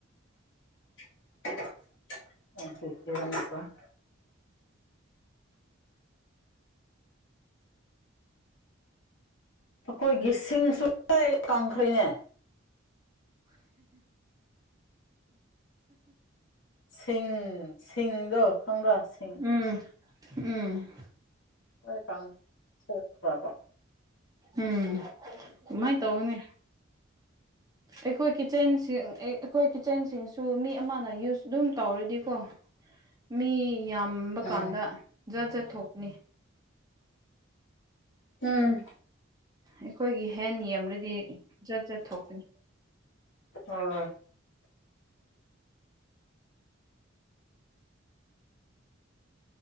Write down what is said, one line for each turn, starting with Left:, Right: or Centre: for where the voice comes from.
Left: <unintelligible> ꯑꯩꯈꯣꯏꯒꯤ ꯁꯤꯡꯁꯨ <unintelligible> ꯀꯪꯈ꯭ꯔꯦꯅꯦ ꯁꯤꯡ ꯁꯤꯡ ꯗꯣ ꯈꯪꯕ꯭ꯔꯥ ꯁꯤꯡ
Right: ꯎꯝ ꯎꯝ
Left: ꯑꯣꯏ ꯀꯥꯡꯊꯣꯛꯈ꯭ꯔꯕ
Right: ꯎꯝ ꯀꯃꯥꯏ ꯇꯧꯅꯦ ꯑꯩꯈꯣꯏ ꯀꯤꯠꯆꯟꯁꯤ ꯑꯩꯈꯣꯏ ꯀꯤꯠꯆꯟꯁꯤꯡꯁꯨ ꯃꯤ ꯑꯃꯅ ꯌꯨꯁ ꯑꯗꯨꯝ ꯇꯧꯔꯗꯤꯀꯣ ꯃꯤ ꯌꯥꯝꯕ
Left: ꯎꯝ
Right: ꯀꯥꯟꯗ ꯖꯥꯠ ꯖꯥꯠ ꯊꯣꯛꯅꯤ
Left: ꯎꯝ
Right: ꯑꯩꯈꯣꯏꯒꯤ ꯍꯦꯟ ꯌꯦꯡꯕ꯭ꯔꯗꯤ ꯖꯠ ꯖꯠ ꯊꯣꯛꯄꯤ
Left: ꯑꯥ